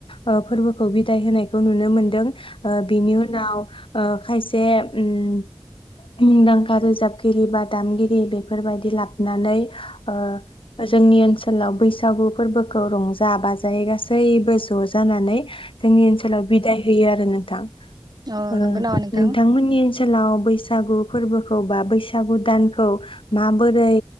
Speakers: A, on the left; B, on the right.
A: ओ फोरबोखौ बिदाय होनायखौ नुनो मोनदों। ओ बिनि उनाव ओ खायसे उम मुंदांखा रोजाबगिरि बा दामगिरि बेफोरबायदि लाबनानै ओ जोंनि ओनसोलाव बैसा सागु फोरबोखौ रंजा बाजायै गासैबो ज' जानानै जोंनि ओनसोलाव बिदाय होयो आरो नों थां।
B: अ
A: ओं
B: नंगौ नामा नोंथां
A: नोंथांमोननि ओनसो सोलाव बैसा सागु फोरबोखौ बा बैसागु दानखौ माबोरै